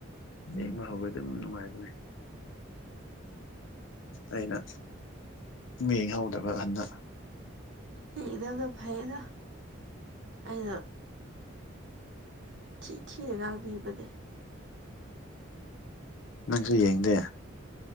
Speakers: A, on the left (about 70°); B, on the right (about 60°).
A: ꯏꯃ ꯍꯧꯕꯗ ꯑꯗꯨꯝ ꯅꯨꯡꯉꯥꯏꯕꯅꯦ ꯑꯩꯅ ꯃꯤꯡꯍꯧꯗꯕ ꯍꯟꯗ
B: ꯌꯦꯡꯗꯕꯗꯣ ꯐꯩꯅ ꯑꯩꯅ ꯊꯤꯊꯤꯅ ꯉꯥꯛꯕꯤꯕꯅꯦ
A: ꯅꯪꯁꯨ ꯌꯦꯡꯗꯦ